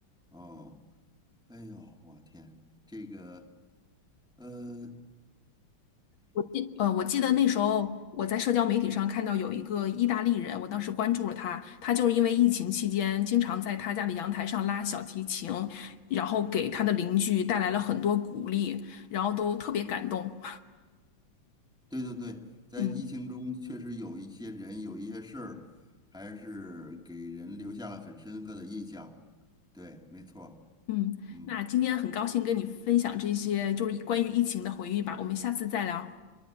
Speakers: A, in the centre; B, on the left (about 75°).
A: 哦，哎呦，我天，这个呃，
B: 我记呃，我记得那时候我在社交媒体上看到有一个意大利人，我当时关注了他，他就是因为疫情期间经常在他家的阳台上拉小提琴，然后给他的邻居带来了很多鼓励，然后都特别感动。
A: 对对对，在疫情中确实有一些人有一些事儿，
B: <laughs> 嗯
A: 还是给人留下了很深刻的印象。对，没错儿。
B: 嗯，
A: 嗯。
B: 那今天很高兴跟你分享这些就是关于疫情的回忆吧，我们下次再聊。